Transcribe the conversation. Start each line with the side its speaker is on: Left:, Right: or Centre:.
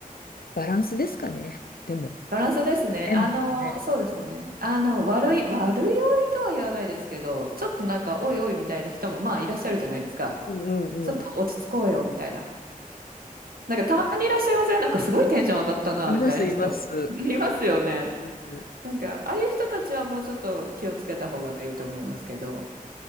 Left: バランスですかね。でも。
Right: バランスですね。
Left: メンバーね。
Right: あの、そうですね。あの、悪い、悪酔いとは言わないですけど、ちょっとなんか、おいおいみたいな人もまあいらっしゃるじゃないですか。
Left: うんうんうん。
Right: ちょっと落ち着こうよみたいな。なんかたまにいらっしゃいませんなんかすごいテンション上がったな、
Left: います、
Right: みたいな人。
Left: います。
Right: <laughs> いますよね。
Left: うん、うん。
Right: なんか、ああいう人たちはもうちょっと気をつけた方がいいと思いますけど。